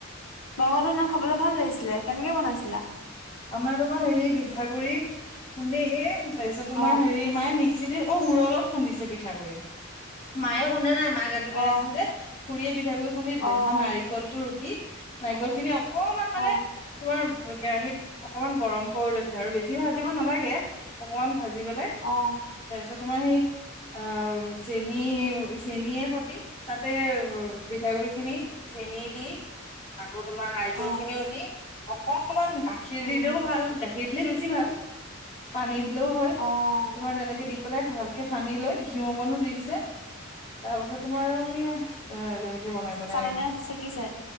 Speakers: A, on the left; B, on the left.
A: বাৰগাৰটো সেইদিনা খাবলৈ ভাল লাগিছিলে, কেনেকে বনাইছিলা?
B: আমাৰ তোমাৰ হেৰি পিঠাগুৰি খুন্দি এ, তাৰপিছত তোমাৰ
A: অ',
B: হেৰি কি মায়ে মিক্সিতে অ' মুউৰলত খুন্দিছে পিঠাগু়ড়ি মায়ে <unintelligible> সেইতো
A: অ',
B: বেয়া আছিল যে খুুৰীয়ে পিঠাগুৰি খুন্দি দিলে
A: অ',
B: তাৰ পিছত নাৰিকলটো ৰুকি নাৰিকল খিনি অকমান মানে
A: অ',
B: তোমাৰ কেৰাহীত অকমান গৰম কৰি লৈছে আৰু বেছি ভাজিব নালাগে অকমান ভাজি পেলাই
A: অ',
B: তাৰপিছত তোমাৰ সেই অ'চেনী, চেনীয়ে সতি তাতে পিঠাগুৰি খিনি চেনী দি আকৌ তোমাৰ ৰাইজল
A: অ',
B: খিনিও দি অকনমান গাখীৰ
A: উম,
B: দিলেও ভাল গাখ খীৰ দিলে বেছি ভাল পানী দিলেও হয়
A: অ',
B: তোমাৰ তেনেকে দি পেলাই ভালকে সানি লৈ ঘিউঅকনো দি দিছে তাৰ পাছত তোমাৰ আৰু সেয়া এ তেনেকে বনাই
A: চালনে
B: <unintelligible>
A: চেকিছে?